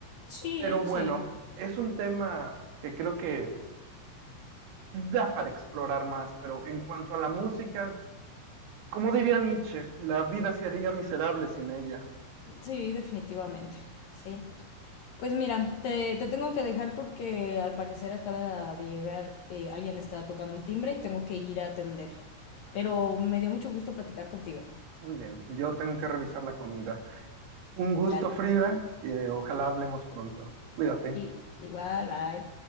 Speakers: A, on the left; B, on the right.
A: Sí,
B: Pero bueno,
A: sí,
B: es un tema que creo que da para explorar más. Pero en cuanto a la música, como diría Nietzsche, la vida sería miserable sin ella.
A: sí, definitivamente, sí. Pues mira, te, te tengo que dejar porque al parecer acaba de llegar, eh, alguien está tocando el timbre y tengo que ir a atender. Pero me dio mucho gusto platicar contigo.
B: Muy bien, yo tengo que revisar la comida. Un gusto,
A: Dale.
B: Frida, y eh, ojalá hablemos pronto. Cuídate.
A: Y igual, bye.